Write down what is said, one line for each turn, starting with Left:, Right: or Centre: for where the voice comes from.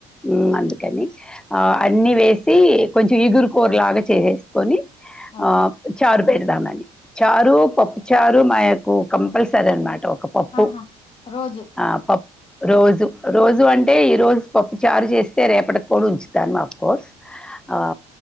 Centre: మ్మ్ అందుకని ఆ అన్ని వేసి కొంచెం ఇగురుకూర లాగా చేసేసుకొని
Left: ఓకే
Centre: ఆ చారు పెడుదామది చారు పప్పుచారు అది మాకు కంపల్సరి అన్నమాట ఒక పప్పు
Left: ఆహా రోజు
Centre: ఆ పప్పు రోజు రోజు అంటే ఈ రోజు చారు చేస్తే రేపటికి కూడా ఉంచుతాను అఫ్ కోర్స్ ఆ